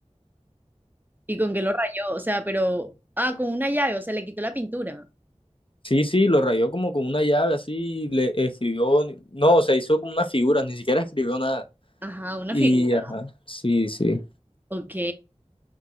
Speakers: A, on the right; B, on the left.
A: ¿y con qué lo rayó? O sea, pero, ah, con una llave, o sea, le quitó la pintura.
B: Sí, sí, lo rayó como con una llave así, le escribió, no, o sea, hizo como una figura, ni siquiera escribió nada.
A: Ajá, una
B: Y
A: figura.
B: ajá, sí, sí,
A: Ok,